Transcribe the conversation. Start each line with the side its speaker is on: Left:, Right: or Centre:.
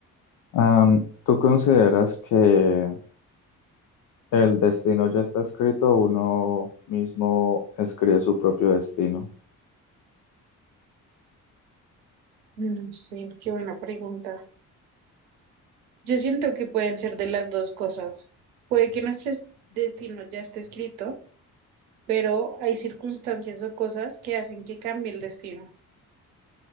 Left: Am, ¿tú consideras que el destino ya está escrito o uno mismo escribe su propio destino?
Right: No sé, qué buena pregunta. Yo siento que pueden ser de las dos cosas. Puede que nuestro es- destino ya esté escrito, pero hay circunstancias o cosas que hacen que cambie el destino.